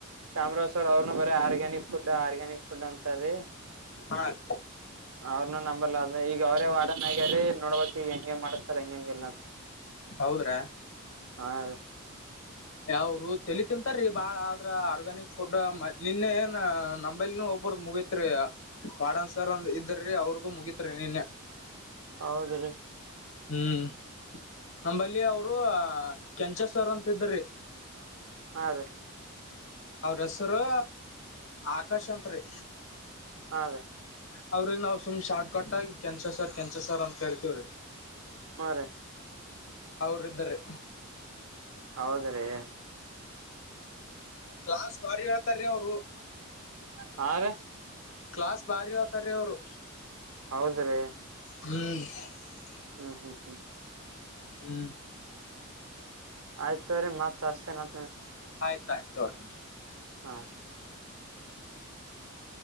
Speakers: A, on the right (about 80°); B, on the left (about 65°).
A: ಚಾಮರಾವಾಜ್ ಅವರು ಅವ್ರನು ಬರ ಆಗ ಫುಡ್ ಆರ್ಗ್ಯಾನಿಕ್ ಫುಡ್ ಅಂತ ರೀ
B: ಹಾ ರೀ
A: ಅವ್ನುೂ ನಂಬಲ್ಲ ಈಗ ಅವರೇ ವಡನ್ಗ್ಯಾರಿ ನೋಡ್ಬಕ್ ಈ ಹೆಂಗಗೆ ಮಾಡತರ್ ಹೆಂಗ ಹೆಂಗ ಇಲ್ಲ ಅಂತ
B: ಹೌದ್ರಾ
A: ಹಾ ರೀ
B: ಯಾವರು ತಿಳ ತಿಂತಾರೀ ಬಾಳ ಆದ್ರ ಆರ್ಗ್ಯಾನಿಕ್ ಫುಡ್ ನಿನ್ನೆನ್ ನಂಬಲ್ ಒೋಗ ಒಬ್ರದ ಮುಗತ್ರಿ ಕಾಡನ್ಸರ್ ಅಂದ್ ಇದ್ದ್ರೀ ಅವ್ರದದುು ಮುಗತ್ರಿ ನಿನ್ನೆ
A: ಹೌದ್ರಿ
B: ಹ್ಮ್ ನಂಬಲ್ಲಿ ಅವರು ಕೆಂಚಸ್ವರ್ ಅಂತಿದ್ರಿ
A: ಹಾ ರೀ
B: ಅವ್ರ ಹೆಸರು ಆಕಾಶ್ ಅಂತ್ರಿ
A: ಹಾದೇ
B: ಅವ್ರಗ್ ನಾವವು ಸುಮ್ ಶಾರ್ಟ್ ಕಟ್ಗಿ ಕೆನ್ಸ ಸರ್ ಕೆನ್ಸ ಸರ್ ಅಂತ ಕೇರ್ತವ್ರಿ
A: ಹಾ ರ
B: ಅವರು ಇದ್ದಾರೆ
A: ಹೌದ್ರೀ
B: ಕ್ಲಾಸ್ ಬಾರಿ ಹೇಳ್ತಾರೀ ಅವ್ರು
A: ಹಾ ರ
B: ಕ್ಲಾಸ್ ಬಾರಿ ಆತಾರೀ ಅವರು
A: ಹೌದ್ರೀ
B: ಹ್
A: ಹ್ಮ್ ಹ್ಮ್ ಹ್ಮ್
B: ಹ್ಮ್
A: ಆಯ್ತ್ರೀ ಮತ್ ಅಷ್ಟತೇನ
B: ಆಯ್ತಾಯ್ತು ನೋ
A: ಹಾ ಹ